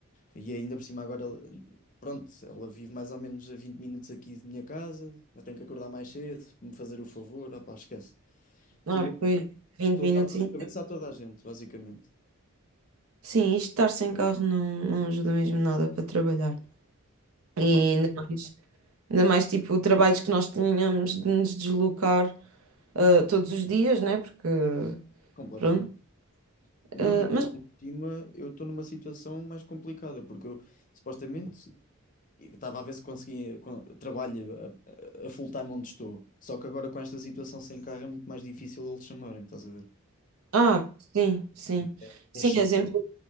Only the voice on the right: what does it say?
Ah,
pois, 20
minutos.
e-
Sim, isto estar sem carro não, não ajuda mesmo nada para trabalhar.
E ainda mais, ainda mais tipo, trabalhos que nós tínhamos de nos deslocar ah, todos os dias, né? Porque,
pronto.
Ah,
mas,
ah, sim, sim.
Sim,
exemplo,